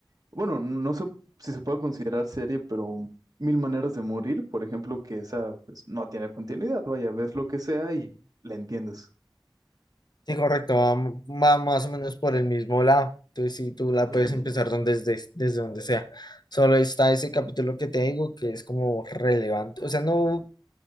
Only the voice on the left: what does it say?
Sí, correcto, va, m- va más o menos por el mismo lado. Entonces sí, tú la
puedes
empezar
donde, desde, desde donde sea. Solo está ese capítulo que te digo que es como relevante. O sea, no